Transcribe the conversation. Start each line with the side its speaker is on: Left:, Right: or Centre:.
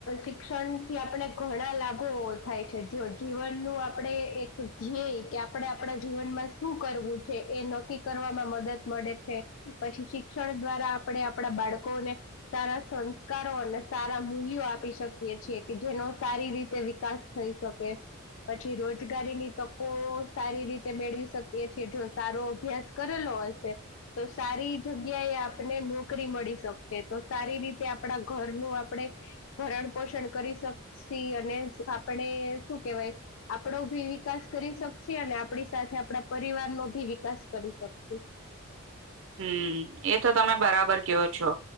Left: શિક્ષણ થી આપણે ઘણા લાભો થાય છે, જો જીવન નું આપણે એક ધ્યેય કે આપણે આપણા જીવનમાં શું કરવું છે, એનો નક્કી કરવામાં મદદ મળે છે, પછી શિક્ષણ દ્વારા આપણે આપણા બાળકોને સારા સંસ્કારો અને સારા મૂલ્યો આપી શકીએ છીએ કે જેનો સારી રીતે વિકાસ થ થઈ શકે પછી રોજગારીની તકો સારી રીતે મેળવી શકીએ છેીએ જો સારો અભ્યાસ કરેલો તો સારી જગ્યા એ આપને નોકરી મળી શકશે તો સારી રીતે આપણા ઘરનુંું આપણે ભરણ પોષણ કરી શકશ અને આપ શું કેવાય આપડો ભી વિકાસ કરી શકશ અને આપણી સાથે આપણા પરિવાર નો ભી વિકાસ કરી શકશું
Right: હમ એ તો તમે બરાબર કેવો છો